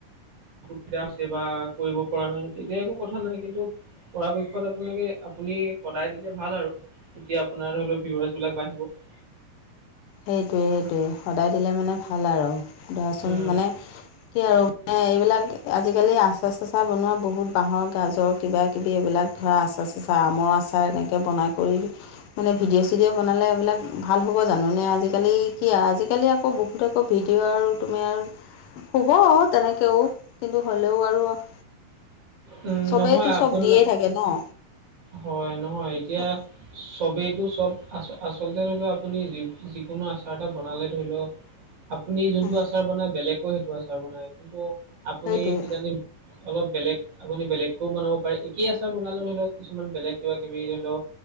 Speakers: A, on the right (about 55°); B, on the left (about 80°).
A: অসুবিধা আছে বা কৰিব পৰা নাই তেতিয়া একো কথা নাই কিন্তু <inaudible> পৰাপক্ষত আপোনালোকে আপুনি সদায় দিলে ভাল আৰু। <unintelligible> তেতিয়া আপোনাৰ অলপ ভিউৱাৰ্চ বিলাক বাঢ়িব। <unintelligible>
B: সেইটোৱে-সেইটোৱে সদায় দিলে মানে ভাল আৰু ধৰা চোন
A: উম,
B: মানে কি আৰু <inaudible> এইবিলাক আজিকালি আচাৰ-চাচাৰ বনোৱা বহুত বাঁহৰ গাজৰ কিবাকিবি এইবিলাক <inaudible> ধৰা আচাৰ-চাচাৰ আমৰ আচাৰ এনেকৈ বনাই কৰি <inaudible> মানে ভিডিঅ-চিডঅ ব'নালে এইবিলাক ভাল হ'ব জানো? <inaudible> মানে আজিকালি কি আজিকালি আকৌ বহুত আকৌ ভিডিঅ' আৰু তোমাৰ <inaudible> হ'ব তেনেকেও কিন্তু হলেও আৰু <inaudible>
A: উম,
B: চবেইতো
A: নহয়
B: চব
A: আপোনাৰ
B: দিয়ে থাকে ন। <inaudible>
A: হয়। নহয় এতিয়া
B: চব
A: <unintelligible> চবেইটো চব আ <unintelligible> আচলতে ধৰি লও আপুনি যি যিকোনো আচাৰ এটা বনালে ধৰি লওক
B: <inaudible>
A: <inaudible> আপুনি যোনটো
B: উম,
A: আচাৰ বনায় বেলেগো সেইটো আচাৰ বনায়। কিন্তু আপুনি
B: সেইটোৱে
A: কিজানি <inaudible> অলপ বেলেগ আপুনি বেলেগকেও বনাব পাৰে একেই আচাৰ বনালেও ধৰি লওক কিছুমান বেলেগ কিবা কিবি ধৰি লও